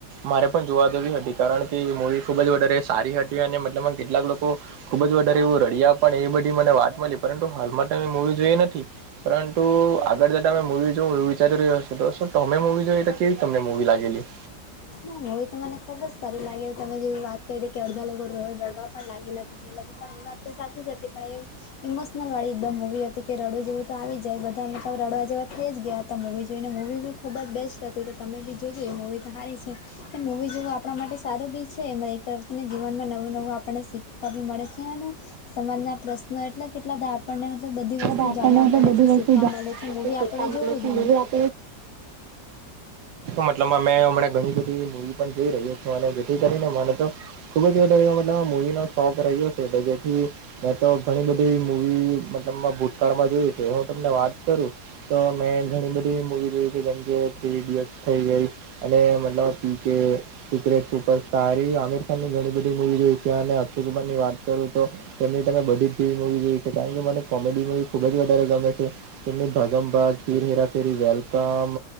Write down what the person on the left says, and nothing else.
હા, મુવી તો મને ખુબ જ સારી લાગેલી તમે જેવી વાત કરી કે અડધા લોકો રડવા પણ લાગેલા એ લોકો પણ એ વાત તો સાચી જ હતી પણ એ ઇમોશનલ વાળી એકદમ મુવી હતી કે રડું જેવું તો આવી જાય બધા મતલબ રડવા જેવા થઈ જ ગયા. હતા. મૂવીજોઇને મૂવી બી જ બેસ્ટ હતી તો તમે બી જોજો એ મૂવી તો હારી છે. એ મૂવી જેવું આપણા માટે સારું બી છે એક તરફથીને જીવનમાં નવું નવું આપણને શીખ વા બી મળે છે ને સમાજ ના પ્રશ્નો એટલે કેટલા બધા. આપણને મતલબ બધી વસ્તુ
જાણવા
મળે
છે શીખવા
મળે છે મુવી
આપડે
જોવું
જોઈએ.